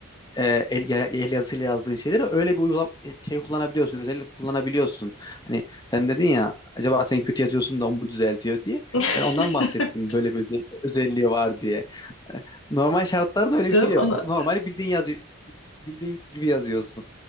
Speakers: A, on the left; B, on the left.
A: e, el, ya- el yazısıyla yazdığın şeyleri öyle bir uygula e, şey kullanabiliyorsun. Özellik kullanabiliyorsun. Hani sen dedin ya acaba sen kötü yazıyorsun da o mu düzeltiyor diye.
B: <laughs>
A: Ben ondan bahsettim böyle bir özel- özelliği var diye. E, Normal şartlarda öyle
B: Canım
A: bir şey yok.
B: onu
A: Normal bildiğin yazı bildiğin gibi yazıyorsun.